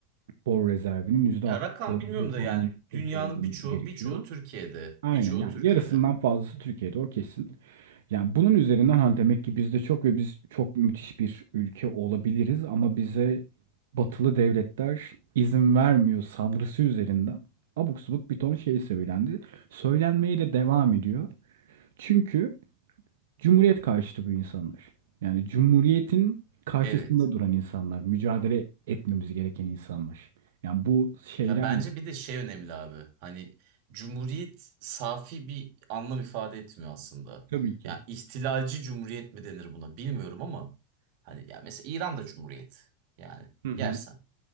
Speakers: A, on the right; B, on the right.
A: bor rezervinin %64'ü
B: Ya rakam bilmiyorum da
A: falan
B: yani dünyanın
A: Türkiye'de olması
B: birçoğu
A: gerekiyor.
B: birçoğu Türkiye'de.
A: Aynen
B: Birçoğu
A: yani
B: Türkiye'de.
A: yarısından fazlası Türkiye'de o kesin. Yani bunun üzerinden hani demek ki bizde çok ve biz çok müthiş bir ülke olabiliriz ama bize batılı devletler izin vermiyor sanrısı üzerinden abuk subuk bir ton şey söylendi. Söylenmeye de devam ediyor. Çünkü cumhuriyet karşıtı bu insanlar. Yani cumhuriyetin karşısında
B: Evet.
A: duran insanlar, mücadele etmemiz gereken insanlar. Yani bu şeyler
B: Ya bence bir de şey önemli abi. Hani cumhuriyet safi bir anlam ifade etmiyor aslında.
A: Tabii ki.
B: Ya ihtilalci cumhuriyet mi denir buna bilmiyorum ama hani ya mesela İran'da cumhuriyet yani
A: Hı hı.
B: yersen.